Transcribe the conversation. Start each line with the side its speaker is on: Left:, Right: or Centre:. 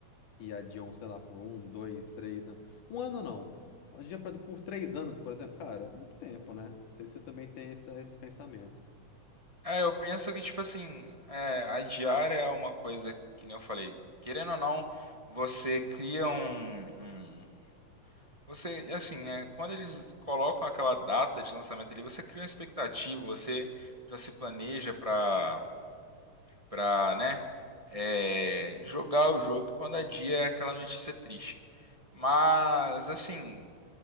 Left: e adiam, sei lá, por um, dois, três. não, Um ano não. Adia pra, por três anos, por exemplo. Cara, é muito tempo, né? Não sei se você também tem essa- esse pensamento.
Right: É, eu penso que, tipo assim, é, adiar é uma coisa que, nem eu falei, querendo ou não, você cria um, um Você, assim, é, quando eles colocam aquela data de lançamento ali, você cria uma expectativa, você já se planeja pra, pra, né, é, jogar o jogo e quando é dia é aquela notícia triste. Mas, assim,